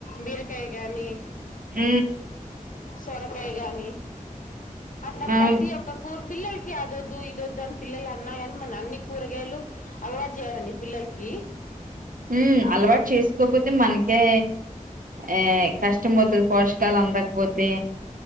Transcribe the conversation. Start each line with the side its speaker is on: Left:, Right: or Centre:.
Left: బీరకాయ కాగాని
Right: మ్
Left: సొరకాయ కానీ అట్లా
Right: అవును
Left: ప్రతి ఒక్క కూర్ పిల్లలకి అద అద్దు ఇద అద్దు అని పిల్లలు అన్నారని మన అన్ని కూరగాయలు అలవాటు చేయాలండి పిల్లలకి
Right: ఉ అలవాటు చేసుకోపోతే మనకే ఆ కష్టం అవుతుంది పోషకాలు అందకపోతే